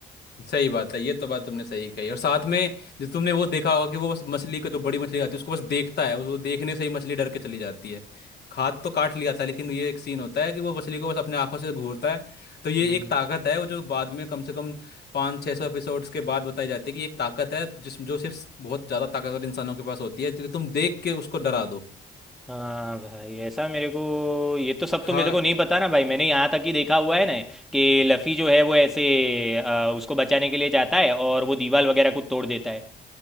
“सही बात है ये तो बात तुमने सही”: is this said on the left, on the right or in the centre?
Left